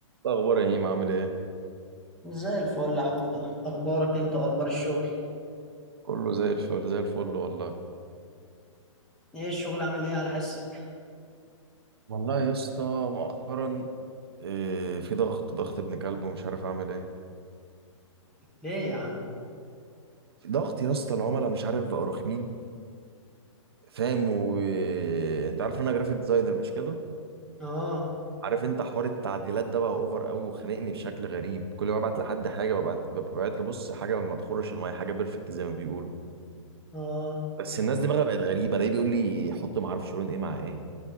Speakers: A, on the right; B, in the centre.
A: إيه الأخبار يا هيم عامل إيه؟
B: زي الفل يا حودة اخبارك انت واخبار الشغل
A: كله زي الفل زي الفل والله
B: ايه الشغل عامل ايه على حسك
A: والله يا اسطى مؤخرا إيه في ضغط ضغط ابن كلب ومش عارف أعمل إيه
B: ليه يا عم
A: في ضغط يا اسطى العملاء مش عارف بقوا رخمين فاهم وأنت عارف إن أنا جرافيك ديزاينر مش كده؟
B: اه
A: عارف أنت حوار التعديلات ده بقى أوفر قوي وخانقني بشكل غريب كل ما أبعت لحد حاجة ببعت ببعت له بص حاجة ما تخرش المية حاجة بيرفكت زي ما بيقولوا
B: اه
A: بس الناس دي بقى بقت غريبة الاقيه بيقول لي حط ما أعرفش لون إيه مع إيه